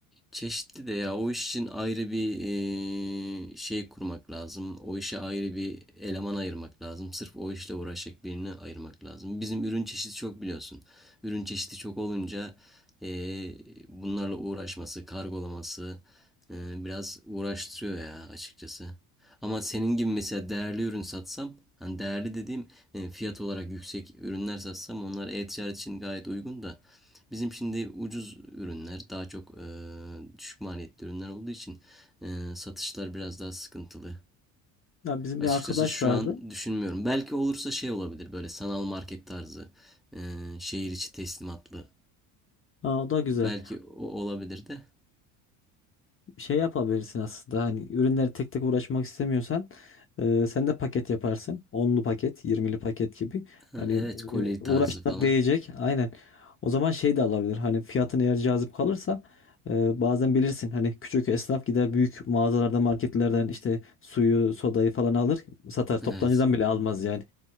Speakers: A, in the centre; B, on the left (about 30°).
A: Çeşitli de ya o iş için ayrı bir eee, şey kurmak lazım. O işe ayrı bir eleman ayırmak lazım. Sırf o işle uğraşacak birini ayırmak lazım. Bizim ürün çeşidi çok biliyorsun. Ürün çeşidi çok olunca eee, bunlarla uğraşması, kargolaması eee, biraz uğraştırıyor ya açıkçası. Ama senin gibi mesela değerli ürün satsam, hani değerli dediğim e, fiyat olarak yüksek ürünler satsam onlar e-ticaret için gayet uygun da Bizim şimdi ucuz ürünler, daha çok eee, düşük maliyetli ürünler olduğu için eee, satışlar biraz daha sıkıntılı.
B: Ya bizim
A: Açıkçası
B: bir arkadaş
A: şu
B: vardı.
A: an düşünmüyorum. Belki olursa şey olabilir böyle sanal market tarzı, eee, şehir içi teslimatlı.
B: Ha, o da güzel.
A: Belki o olabilir de.
B: şey yapabilirsin aslında hani ürünleri tek tek uğraşmak istemiyorsan e, sen de paket yaparsın. onlu paket, yirmili paket gibi.
A: Ha,
B: Hani
A: evet, koli
B: e, uğraşına
A: tarzı falan.
B: değecek. Aynen. O zaman şey de alabilir. Hani fiyatın eğer cazip kalırsa e, bazen bilirsin hani küçük esnaf gider büyük mağazalardan marketlerden işte suyu, sodayı falan alır satar.
A: Evet,
B: Toptancıdan bile almaz yani.